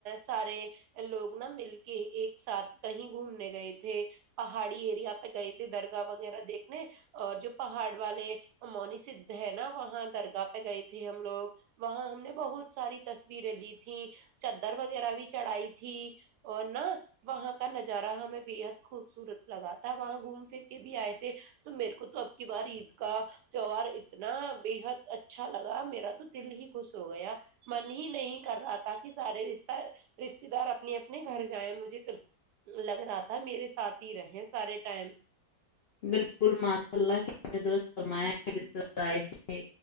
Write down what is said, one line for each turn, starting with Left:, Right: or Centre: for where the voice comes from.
Right: سارے لوگ نا مل کے ایک ساتھ کہیں گھومنے گئے تھے پہاڑی ایریا پہ گئے تھے درگاہ وغیرہ دیکھنے اور جو پہاڑ والے مونی سھ ہے نا وہاں درگاہ پہ گئے تھے ہم لوگ وہاں ہم نے بہت ساری تصویریں لی تھیں چدر وغیرہ بھی چڑھائی تھی اور نا وہاں کا نظارہ ہمیں بےحد خوبصورت لگا تھا وہاں گھوم پھر کے بھی آئے تھے تو میرے کو تو اب کی بار عید کا تیوار اتنا بےحد اچھا لگا میرا تو دل ہی خوش ہو گیا من ہی نہیں کر رہا تھا کہ سارے رشہ رشتے دار اپنے اپنے گھر جائیں مجھے تو لگ رہا تھا میرے ساتھ ہی رہے سارے ٹائم
Left: بالکل ماشا اللہ کتنا درست فرمایا اپ نے